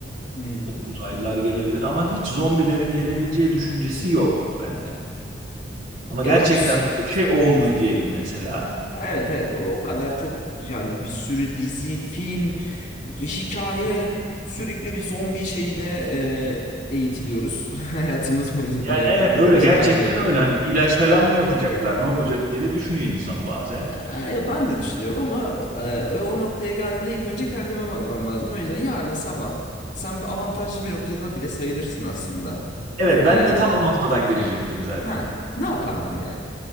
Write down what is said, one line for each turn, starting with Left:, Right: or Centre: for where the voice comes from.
Left: Hı hı.
Right: O uzaylılar gelebilir ama hiç zombilerin gelebileceği düşüncesi yok bende. Ama
Left: Ya
Right: gerçekten
Left: ama biz
Right: böyle bir şey oldu diyelim mesela.
Left: evet evet o o kadar çok yani bir sürü dizi, film hikaye sürekli bir zombi şeyine e, eğitiliyoruz. <laughs> Hayatımız boyunca,
Right: Yani
Left: hayatımızın
Right: evet öyle
Left: başından
Right: gerçekten
Left: beri.
Right: öyle hani bir ilaç falan mı yapacaklar ne olacak diye de düşünüyor insan bazen.
Left: E, ben de düşünüyorum ama e, o noktaya geldiğinde ilk önce kendime bakmam lazım. O yüzden yarın sabah sen bir avantajlı bir noktada bile sayılırsın aslında.
Right: Evet
Left: E,
Right: ben de tam o noktadan girecektim zaten.
Left: ha, ne yapardın yani?